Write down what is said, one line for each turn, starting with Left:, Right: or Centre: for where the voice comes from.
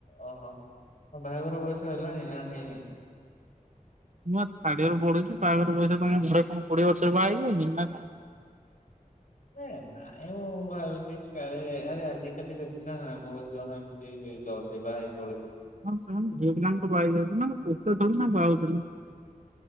Left: ଓହୋ ବାହାଘର ବୟସ ହେଲାଣି ନା ହେଇନି।
Right: ମୁଁ ଥାର୍ଡ ଇୟର ପଢୁଛି। ବାହାଘର ବୟସ ତମ ଘରେ କଣ କୋଡିଏ ବର୍ଷରେ ବାହା ହେଇବ ନା କଣ।
Left: ଏ ନାଇଁ ମୁଁ ଭାବୁଛି କାଳେ ଆରେ ଆଜିିକାଲି ଦେଖିଲ ବହୁତ ଜଣ ଏମିତି ଜଲଦି ବା ହେ
Right: ହଁ ସେମାନେ ଝିଅ ପିଲା ତ ବାହା ହେଇ ଯାଉଛନ୍ତି ନା ପୁଅ ପିଲା ଥୋଡିନା ବାହା ହୋଉଛନ୍ତି।